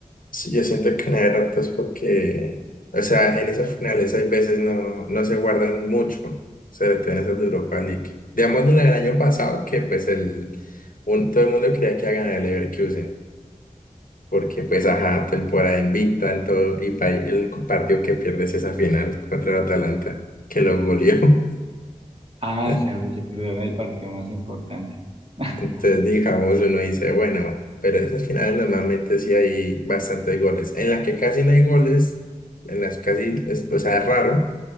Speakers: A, on the left; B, on the right.
A: Sí, yo siento que una de es porque, o sea, en esas finales hay veces no, no se guardan mucho, sobre todo en esas de Europa League. Digamos la del año pasado, que pues el, un- todo el mundo creía que iba a ganar el Leverkusen, porque pues ajá, temporada invicta en todo, y pa- el partido que pierdes esa final contra el Atalanta, que lo goleó.
B: Ah,
A: <laughs>
B: cierto, se perdieron el partido más importante. <laughs>
A: Entonces, digamos, uno dice, bueno, pero esas finales normalmente sí hay bastantes goles. En las que casi no hay goles, en las casi, es- o sea, es raro,